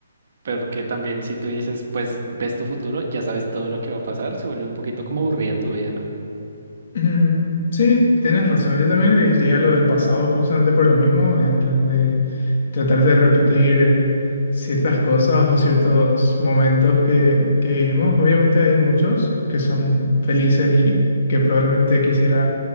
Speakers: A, on the right (about 55°); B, on the left (about 50°).
A: Porque también si tú dices, pues ves tu futuro, ya sabes todo lo que va a pasar, se vuelve un poquito como aburrida tu vida, ¿no?
B: Ujú. Sí, tienes razón. Yo también elegiría lo del pasado justamente por lo mismo, en plan de tratar de repetir ciertas cosas o ciertos momentos que, que vivimos. Obviamente hay muchos que son felices y que probablemente quisiera